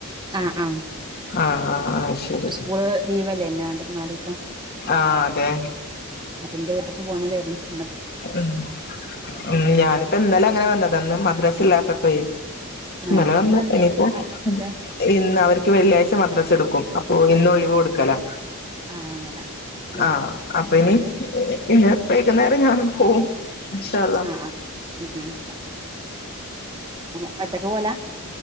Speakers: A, on the right; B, on the left.
A: ആഹ് ആഹ്
B: ആ ആ അത് ശരി
A: സ്കൂള് ലീവല്ലേയിന്യോ രണ്ടു മൂന്നാലീസം
B: ആഹ് അതെ
A: അപ്പൊ ന്റെ വീട്ട്ക്ക് പോതായിരുന്നുന്ന
B: ഉ ഉ ഞാനിപ്പോ ഇന്നല അങ്ങനെ വന്നതാ ഇന്ന് ഇപ്പം മദ്രാസ് ഇല്ലാത്തപ്പോ
A: ആഹ്
B: നല്ലെ വന്നു
A: ഇന്നെന്തേ
B: ഇനിയിപ്പോ
A: മദ്രസല്ലേ
B: ഇന്ന് അവർക്ക് വെള്ളിയാഴ്ച മദ്രാസ് എടുക്കും ഓ ഇന്ന് ഒഴിവ് കൊടുക്കലാ
A: ആഹ് അങ്ങനെ ഉം
B: ആഹ് അപ്പൊ ഇനി ഇന്ന് വൈകുന്നേരം ഞാനും പോവും ഇൻഷാഅള്ളാഹ്
A: ആഹ് ആഹ് ഉം ഉം അങ്ങനെ ഒറ്റക്ക് പോവലാ